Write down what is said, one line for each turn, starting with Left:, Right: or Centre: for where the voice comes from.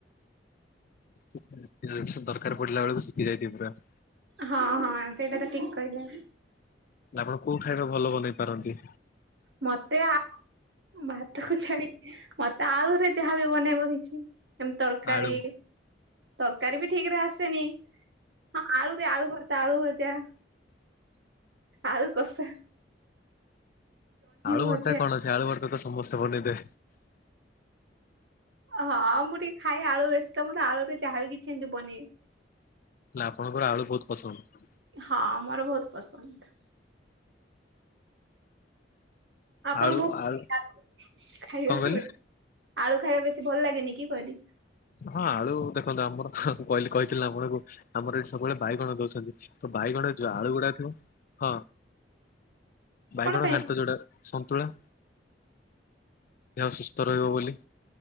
Left: <inaudible> ଦରକାର ପଡିଲା ବେଳକୁ ଶିଖିଯାଇଥିବୀ ପୁରା।
Right: ହଁ ହଁ ସେଇଟା ତ ଠିକ କହିଲେ।
Left: ଆପଣ କୋଉ ଖାଇବା ଭଲ ବନେଇପାରନ୍ତି।
Right: ମତେ ଆ ଭାତକୁ ଛାଡି ମତେ ଆଳୁରେ ଯାହାବି ବନେଇବ କିଛି। ଏମତି ତରକାରୀ
Left: ଆଳୁ
Right: ତରକାରୀ ବି ଠିକରେ ଆସେନି। ହଁ ଆଳୁରେ ଆଳୁଭର୍ତା, ଆଳୁଭଜା, ଆଳୁକଷା।
Left: ଆଳୁଭର୍ତାରେ
Right: ଭଜା
Left: କଣଅଛି, ଆଳୁଭର୍ତା ତ ସମସ୍ତେ ବନେଇବେ।
Right: ହଁ ମୁଁ ଟିକେ ଖାଏ ଆଳୁ ବେଶୀତ ମୁଁ ଆଳୁରେ ଯହାବି କିଛି ଏମିତିି ବନି
Left: ହେଲା ଆପଣଙ୍କର ଆଳୁ ବହୁତ ପସନ୍ଦ।
Right: ହଁ ମୋର ବହୁତପସନ୍ଦ। ଆପଣ
Left: ଆଳୁ
Right: ବହୁ
Left: ଆଳୁ
Right: <inaudible> ଖାଇବା
Left: କଣ କହିଲେ
Right: <inaudible> ଆଳୁ ଖାଇବା ବେଶୀ ଭଲଲାଗେନି କି କହିଲି।
Left: ହଁ ଆଳୁ ଦେଖନ୍ତୁ ଆମର କହିଲି କହିଥିଲିନା ଆପଣଙ୍କୁ ଆମର ଏଠି ସବୁବେଳେ ବାଇଗଣ ଦଉଛନ୍ତି। ତ ବାଇଗଣ ରେ ଯୋଉ ଆଳୁଗୁଡା ଥିବ ହଁ, ବାଇଗଣଘାଣ୍ଟ
Right: କଣ ପାଇଁ
Left: ଯୋଉଟା। ସନ୍ତୁଳା, ଦେହସୁସ୍ଥ ରହିବବୋଲି।